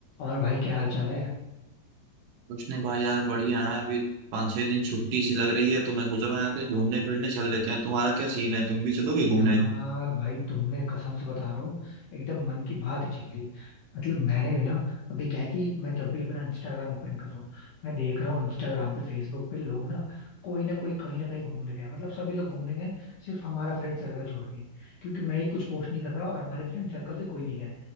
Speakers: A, on the left (about 60°); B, on the right (about 80°).
A: और भाई क्या हाल चाल है
B: कुछ नहीं भाई यार बढ़िया है अभी पाँच छह दिन छुट्टी सी लग रही है तो मैं सोच रहा हूँ यार कहीं घूमने फिरने चल लेते हैं तुम्हारा क्या सीन है तुम भी चलोगे घूमने
A: यार भाई तुमने कसम से बता रहा हूँ एकदम मन की बात ही छिल ली मतलब मैंने भी ना अभी क्या है कि मैं जब भी अपना इंस्टाग्राम ओपन कर रहा हूँ मैं देख रहा हूँ इंस्टाग्राम पे फेसबुक पे लोग ना कोई ना कोई कहीं ना कहीं घूमने गया मतलब सभी लोग घूमने गए सिर्फ हमारा फ्रेंड सर्कल छोड़ के क्योंकि मैं ही कुछ पोस्ट नहीं कर रहा और हमारे फ्रेंड सर्कल से कोई नहीं गया है